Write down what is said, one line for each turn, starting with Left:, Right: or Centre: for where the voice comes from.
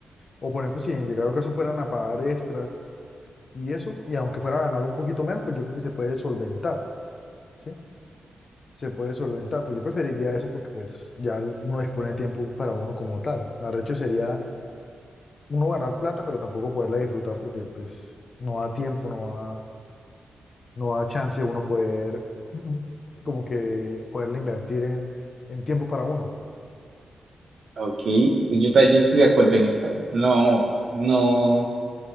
Left: o por ejemplo, si en llegado caso fueran a pagar extras y eso, y aunque fuera a ganar un poquito menos, pues yo creo que se puede solventar, ¿sí? Se puede solventar, pues yo preferiría eso porque pues ya uno dispone de tiempo para uno como tal. Arrecho sería uno ganar plata, pero tampoco poderla disfrutar porque pues no da tiempo, no da, no da chance uno poder <clears throat> como que poderla invertir en, en tiempo para uno.
Right: Ok, pues yo, ta- yo estoy de acuerdo en esta. No, no,